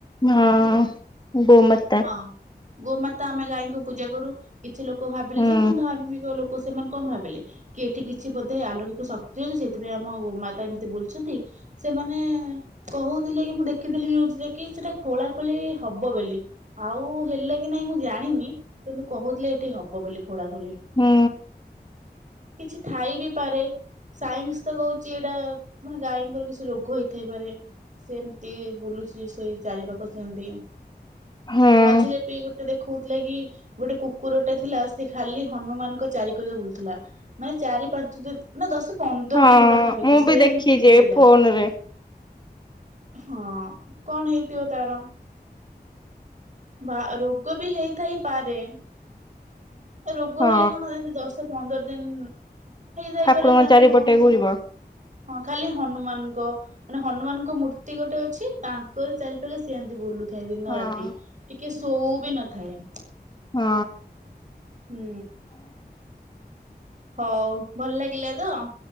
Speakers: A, on the left (about 25°); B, on the right (about 45°).
A: ହଁ ଗୋ ମାତା
B: ହଁ ଗୋମାତା ଆମେ ଗାଈଙ୍କୁ ପୂଜା କରୁ କିଛି ଲୋକ ଭାବିଲେ
A: ହୁଁ
B: ଯୋଉମାନେ ଧାର୍ମିକ ଲୋକ ସେମାନେ କଣ ଭାବିଲେ କି ଏଠି କିଛି ବୋଧେ ଆଲୌକିକ ଶକ୍ତି ଅଛି ସେଇଥିପାଇଁ ଆମ ଗୋମାତା ଏମିତି ବୁଲଛନ୍ତି ସେମାନେ କହୁଥିଲେ କି ମୁଁ ଦେଖିଥିଲି ନିୟୁଜ୍ ରେ କି ସେଟା ଖୋଳା ଖୋଳି ହବ ବୋଲି ଆଉ ହେଲା କି ନାଇଁ ମୁଁ ଜାଣିନି କିନ୍ତୁ କହୁଥିଲେ ଏଠି ହବ ବୋଲି ଖୋଳା ଖୋଳି।
A: ହୁଁ
B: କିଛି ଥାଇ ବି ପାରେ ସାଇନ୍ସ ତ କହୁଛି ଏଇଟା ମାନେ ଗାଈଙ୍କର କିଛି ରୋଗ ହେଇଥାଇପାରେ ସେମିତି ବୁଲୁଛି ସେଇ ଚାରିପାଖ ସେମିତି
A: ହୁଁ
B: ମଝିରେ ବି ଗୋଟେ ଦେଖୁ କହୁଥିଲା କି ଗୋଟେ କୁକୁର ଟା ଥିଲା ସେ ଖାଲି ହନୁମାନଙ୍କ ଚାରିିକଡେ ବୁଲୁଥିଲା ମାନେ ଚାରି ପାଞ୍ଚ ଦିନ ନା ଦଶ ପନ୍ଦର
A: ହଁ
B: ଦିନ ପାଖାପାଖି
A: ମୁଁ
B: ସେମିତି
A: ବି ଦେଖିଛି
B: ବୁଲିଲା
A: ଫୋନ ରେ
B: ହଁ କଣ ହେଇଥିବ ତାର ବା ରୋଗ ବି ହେଇଥାଇପାରେ? ରୋଗ
A: ହଁ
B: ହେଲେ କଣ ଏମିତି ଦଶ ପନ୍ଦର ଦେନ୍ ହେଇ ଥାଇପାରେ
A: ଠାକୁରଙ୍କ
B: ତାଙ୍କର
A: ଚାରିପଟେ
B: କଣ ଥିବ?
A: ଘୁରିବ
B: ହଁ ଖାଲି ହନୁମାନଙ୍କ ମାନେ ହନୁମାନଙ୍କ ମୂର୍ତ୍ତି ଗୋଟେ ଅଛି ତାଙ୍କର ଚାରିପଖେ ସେମିତି ବୁଲୁ <unintelligible> ଦିନ
A: ହଁ
B: ରାତି। ଟିକେ ଶୋଉ ବି ନଥାଏ।
A: ହଁ।
B: ହୁଁ ହଉ ଭଲ ଲାଗିଲା ତ